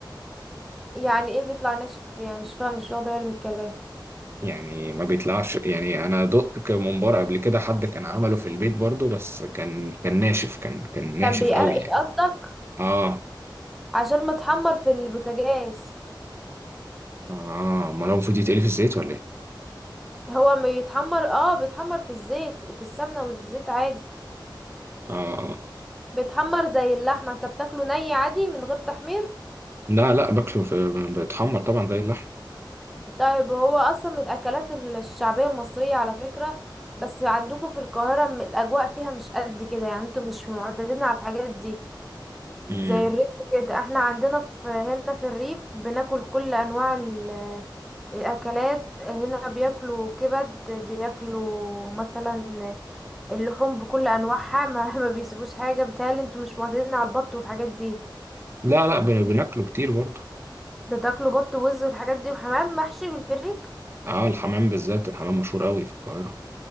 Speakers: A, in the centre; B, on the right.
A: يعني ايه بيطلع ناشف يعني مش فاهم مش واخده بالي من الكلام
B: يعني ما بيطلعش يعني انا دقت ك- ممبار قبل كده حد كان عمله في البيت برضو بس كان كان ناشف كان كان ناشف
A: كان بيقرقش
B: قوي يعني
A: قصدك
B: اه
A: عشان متحمر في البوتاجاز
B: اه ما هو المفروض يتقلي في الزيت ولا ايه
A: هو ما يتحمر اه بيتحمر في الزيت في السمنه والزيت عادي
B: اه اه
A: بيتحمر زي اللحمه انت بتاكله ني عادي من غير تحمير
B: لا لا باكله في بيتحمر طبعا زي اللحم
A: طيب هو اصلا من الاكلات الشعبيه المصريه على فكره بس عندكم في القاهره م- الاجواء فيها مش قد كده يعني انتوا مش معتادين على الحاجات دي
B: مم.
A: زي الريف كده احنا عندنا في هنا في الريف بناكل كل انواع ال- الاكلات هنا بياكلوا كبد بياكلوا مثلا اللحوم بكل انواعها ما, <laughs> ما بيسيبوش حاجه بيتهيألي انتوا مش معتادين على البط والحاجات دي
B: لا لا بن- بناكله كتير برضه
A: بتاكلوا بط ووز والحاجات دي وحمام محشي بالفريك
B: اه الحمام بالذات الحمام مشهور قوي في القاهرة